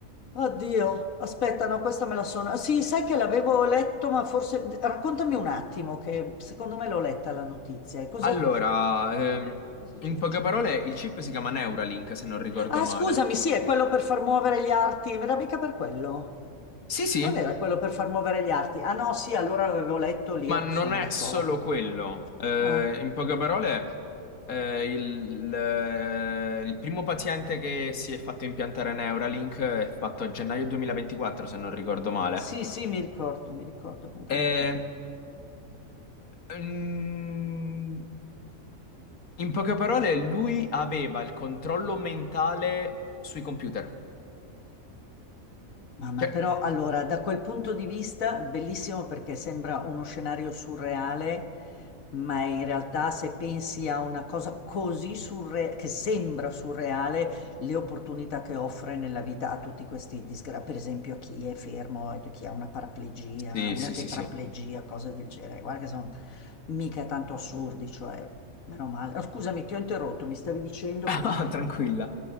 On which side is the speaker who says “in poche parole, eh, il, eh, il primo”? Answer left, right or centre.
Left